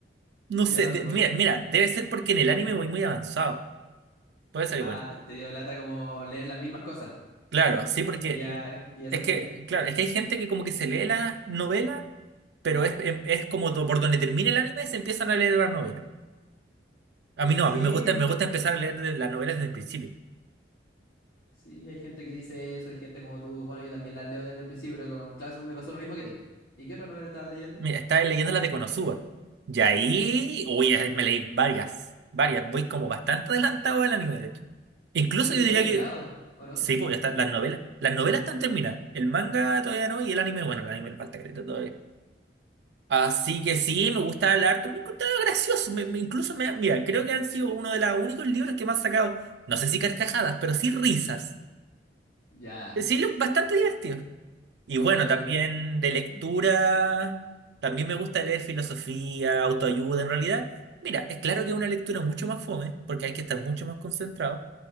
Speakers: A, on the right (about 70°); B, on the left (about 60°).
A: no
B: Yo
A: sé,
B: tampoco.
A: de- mira, mira, debe ser porque en el anime voy muy avanzado, puede ser
B: Ah,
A: igual.
B: te, te dio lata como leer las mismas cosas.
A: Claro, sí, porque
B: Ya,
A: mm,
B: que ya sabías.
A: es que, claro, es que hay gente que como que se lee las novelas, pero es, em- es como do- por donde termina el anime se empiezan a leer las novelas. A mí no,
B: Sí,
A: a mí me gusta, me gusta empezar a leer de- las novelas desde el principio.
B: Sí, hay gente que dice eso, hay gente como tú. Bueno, yo también las leo desde el principio, pero con Classroom me pasó lo mismo que a ti. ¿Y qué otra novela estabas leyendo?
A: Mira, estaba leyendo las de Konosuba. Y ahí, uy, ahí me leí varias, varias. Voy como bastante adelantado al anime, de hecho. Incluso
B: ¿Ese ya
A: yo
B: está
A: diría
B: terminado?
A: que,
B: ¿O no?
A: sí, porque hasta las novelas, las novelas están terminadas. El manga todavía no y el anime, bueno, el anime le falta careta todavía. Así que sí, me gusta el arte, me encontraba gracioso. me- me- incluso, me, mira, creo que han sido uno de los únicos libros que me han sacado, no sé si carcajadas, pero sí risas.
B: Ya.
A: Sí, lo- bastante divertido. Y
B: O
A: bueno, también
B: yo.
A: de lectura,
B: ¿Mm?
A: también me gusta leer filosofía, autoayuda en realidad. Mira, es claro que es una lectura mucho más fome, porque hay que estar mucho más concentrado,